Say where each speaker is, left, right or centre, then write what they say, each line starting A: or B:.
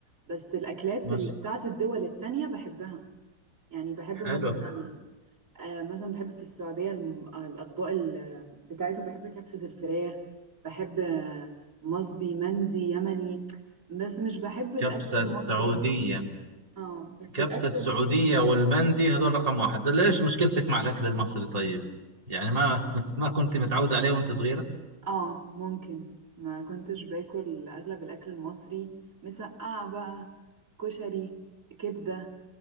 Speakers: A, on the right; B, on the right.
A: بس الاكلات
B: ماشي
A: اللي بتاعت الدول التانية بحبها يعني بحب
B: حلو
A: مثلا آه مثلا بحب في السعوديه الم- آه، الاطباق ال- بتاعتهم بحب كبسه الفراخ بحب آه، مصبي مندي يمني بس مش بحب الاكل
B: كبسة
A: المصري
B: السعودية
A: اه بس
B: كبسة
A: الاكل
B: السعودية
A: المصري
B: والمندي هذول رقم واحد ليش مشكلتك مع الأكل المصري طيب يعني ما <laughs> ما كنت متعودة عليه وأنت صغيرة
A: اه ممكن ما كنتش باكل اغلب الاكل المصري مسقعة بقى كشري كبدة